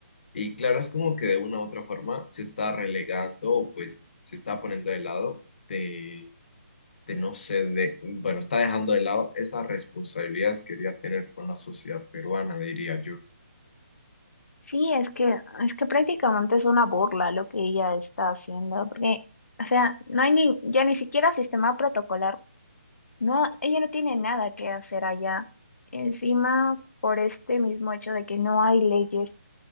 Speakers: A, on the left; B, on the left.
A: Y claro, es como que de una u otra forma se está relegando o pues se está poniendo de lado de, de no sé, de, bueno, está dejando de lado esas responsabilidades que quería tener con la sociedad peruana, diría yo.
B: Sí, es que, es que prácticamente es una burla lo que ella está haciendo, porque, o sea, no hay ni, ya ni siquiera sistema protocolar, no, ella no tiene nada que hacer allá. Encima, por este mismo hecho de que no hay leyes